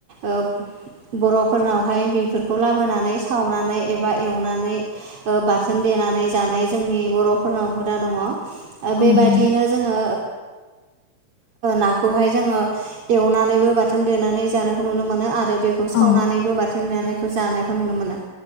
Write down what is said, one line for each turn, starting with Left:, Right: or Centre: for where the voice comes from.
Right: ओ बर'फोरनावहाय बेफोरखौ लाबोनानै सावनानै एबा एवनानै बाथोन देनानै जानाय जोंनि बर'फोरनाव हुदा दङ
Left: औ
Right: बे
Left: दङ
Right: बियैनो जोङो नाखौहाय जोङो एवनानैबो बाथोन देनानै जानायखौ नुनो मोनो आरो बेखौ सावनानैबो
Left: औ
Right: बाथोन दानायखौ जानायखौ नुनो मोना